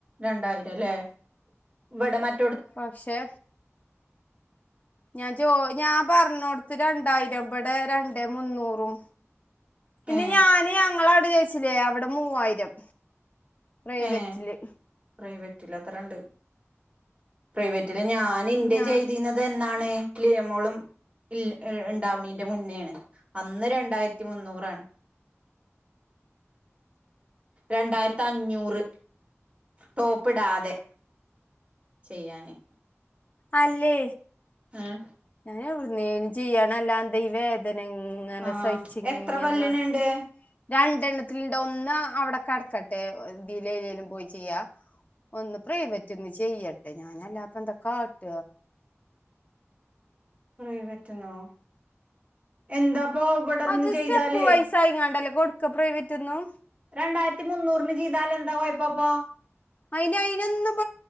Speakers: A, on the right; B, on the left.
A: രണ്ടായിരം അല്ലേ ഇവിടെ മറ്റ
B: പക്ഷെ ഞാൻ ജോ ഞാൻ പറഞ്ഞ കൊടുത്ത് രണ്ടായിരം ഇ ഇടെ രണ്ടേ മുന്നൂറും പിന്നെ
A: ഏ
B: ഞാന് ഞങ്ങള അവിടെ ജയിച്ചില്ലേ അവിടെ മൂവായിരം പ്രൈവറ്റില്
A: ഏ പ്രൈവറ്റിൽ അത്ര ഉണ്ട് പ്രൈവറ്റില് ഞാൻ ഇന്റെ
B: ഞാ
A: ചെയ്തിുന്നത് എന്താണ് കലിയമോളും ഇ ഉണ്ടാവണീറെ മുന്നോണ് അന്ന് രണ്ടായിരത്തി മുന്നൂറാണ് രണ്ടായിരത്തി അഞ്ഞൂ നൂറ് ടോപ്പിടാതെ ചെയ്യാന്
B: അല്ലേ
A: ആഹ
B: ഞാനൻ എവിടുന്നേന് ചെയ്യണ അല്ലാന്തൈവ ഏത ങ്ങനെ
A: ആ
B: സച്ച ഇങ്ങനെ
A: എത്ര പല്ലിനുണ്ട്
B: നടക്ക എ എണ്ണത്തിലിണ്ട് ഒന്ന് അവിടെ കിടക്കട്ടെ ഇത്തിലെലും പോയി ചെയ്യാ ഒന്ന് പ്രൈവറ്റ് ഒന്ന് ചെയ്യട്ടെ ഞാനല്ല അപ്പൊ എന്താ കാട്ട
A: പ്രിവറ്റുന്നോ എന്താപ്പൊ ഇവിടെന്ന്
B: അത്
A: ചെയ്താലേ
B: സ്റ്റെപ്പ് വൈസ് ആയിങ്ങാണ്ടല്ലേ കൊടുക്ക പ്രൈവറ്റ്ന്നും
A: രണ്ടായിരത്തി മുന്നൂറിന് ജീതാൽ എന്താ കൊയപ്പോപ്പോ
B: അയിന് അയിനൊന്നും